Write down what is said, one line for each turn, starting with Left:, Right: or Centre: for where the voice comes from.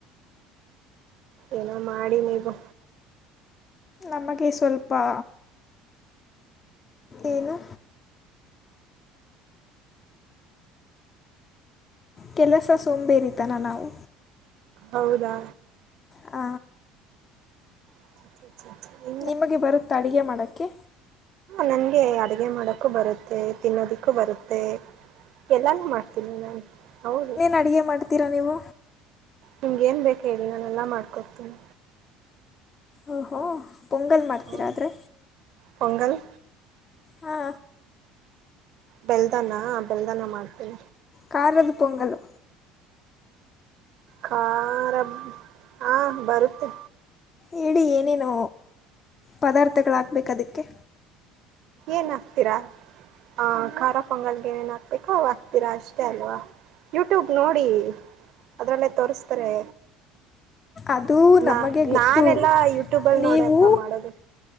Right: ಏನೋ ಮಾಡಿ ನೀವು.
Left: ನಮಗೆ ಸ್ವಲ್ಪ. ಏನು. ಕೆಲಸ ಸುಂಬೇರಿತಾನ ನಾವು.
Right: ಹೌದಾ
Left: ಹ.
Right: <unintelligible>
Left: ನಿಮಗೆ ಬರುತ್ತೆ ಅಡುಗೆ ಮಾಡೋಕ್ಕೆ.
Right: ನಂಗೆ ಅಡಗೆ ಮಾಡೋಕ್ಕೂ ಬರುತ್ತೆ ತಿನ್ನೋದಿಕ್ಕೂ ಬರುತ್ತೆ. ಎಲ್ಲಾನು ಮಾಡ್ತೀನಿ ನಾನ್ ಹೌದು.
Left: ಅಡಗೆ ಮಾಡೆ. ೀರಾ ನೀವು.
Right: ನಿಮಗೇನು ಬೇಕು ಹೇಳಿ ನಾನೆಲ್ಲ ಮಾಡ್ಕೊಡ್ತೀನಿ.
Left: ಓ ಹೋ ಪೊಂಗಲ್ ಮಾಡ್ತೀರಾ
Right: ಹ್ಮ
Left: ಆದರೆ.
Right: ಪೊಂಗಲ್.
Left: ಹಾ.
Right: ಬೆಲ್ದನ ಬೆಲ್ದನ ಮಾಡ್ತೀಿ.
Left: ಕಾಲದು ಪೊಂಗಲು.
Right: ಖಾರ ಹ ಬರುತ್ತೆ.
Left: ಹೇಳಿ ಏನೇನು ಪದಾರ್ಥಗಳ ಹಾಕ್ಬೇಕುದಕ್ಕೆ.
Right: ಏನಾಕ್ತಿರ ಆ ಖಾರ ಪೊಂಗಲ್ಗೆ ಏನಾಕ್ಬೇಕ್ ರಾ ಆಗ್ತೀರಾ ಅಷ್ಟೇ ಅಲ್ವಾ ಯೂಟ್ಯೂಬ್ ನೋಡಿ ಅದ್ರಲ್ಲೇ ತೋರಿಸ್ತಾರೆ.
Left: ಅದು
Right: ನ
Left: ನಮಗೆ ಗೊತ್ತು
Right: ನಾನೆಲ್ಲಾ ಯೂಟ್ಯೂಬಲ್
Left: ನೀವು
Right: ನೋಡೇ ಅಪ್ಪ ಮಾಡೋದು.